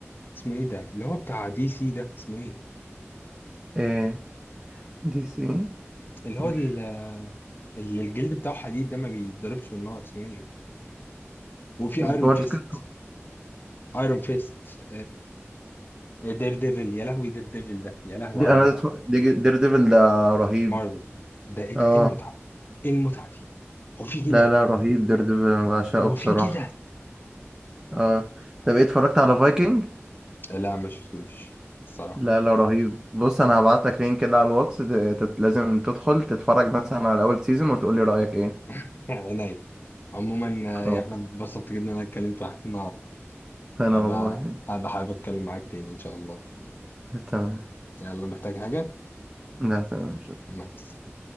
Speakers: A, on the left; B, on the right.
A: اسمه ايه ده اللي هو بتاع دي سي ده اسمه ايه
B: ايه دي سي
A: اللي هو
B: مش
A: ال- اللي الجلد بتاعه حديد ده ما بيتضربش بالنار اسمه ايه وفي
B: سبارتكس
A: ايرون فيست ايرون فيست دير ديفل يا لهوي دير ديفل ده يا لهوي
B: دي
A: على
B: انا
A: المتعه
B: اتف- دي دير ديفل ده رهيب
A: مارفل ده ايه
B: اه
A: ده ايه المتعه دي ايه المتعه دي هو في
B: لا
A: كده
B: لا رهيب دير ديفل انا بعشقه
A: هو
B: بصراحة
A: في كده
B: اه طب ايه اتفرجت على فايكنج
A: لا ما شفتوش الصراحه
B: لا لا رهيب بص انا هبعت لك لينك كده على الواتس ت- تت- لازم تدخل تتفرج مثلا على اول سيزون وتقولي رأيك ايه
A: <laughs> عيني عموما
B: خلاص
A: آه، يا احمد اتبسطت جدا ان انا اتكلمت معاك النهارده
B: انا
A: هبقى
B: والله
A: هبقى حابب اتكلم معاك تاني ان شاء الله
B: تمام
A: يلا محتاج حاجه
B: لا تمام
A: مع السلامه